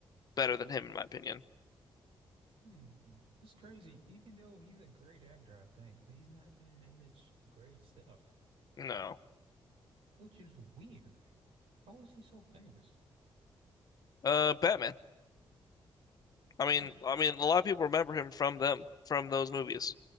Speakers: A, on the left; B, on the right.
A: better than him in my opinion.
B: Hmm, hmm, it's crazy. Even though he's a great actor, I think, but he's not been in that much great stuff,
A: No,
B: which is weird. How is he so famous?
A: uh, Batman. I mean,
B: But
A: I mean, a lot of people remember him from them, from those movies,
B: but